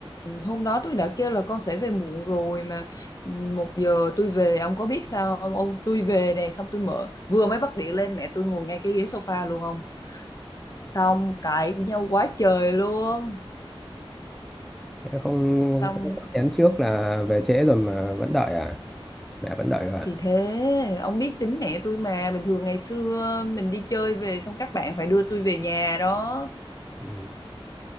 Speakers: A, on the left (about 35°); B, in the centre.
A: hôm đó tôi đã kêu là con sẽ về muộn rồi mà một giờ tôi về ông có biết sao không ông tôi về nè xong tôi mở vừa mới bắt điện lên mẹ tôi ngồi ngay cái ghế sofa luôn ông xong cãi nhau quá trời luôn
B: Thế không
A: xong
B: không có nhắn trước là về trễ rồi mà vẫn đợi à? Mẹ vẫn đợi rồi à?
A: thì thế ông biết tính mẹ tôi mà bình thường ngày xưa mình đi chơi về xong các bạn phải đưa tôi về nhà đó
B: Ừ.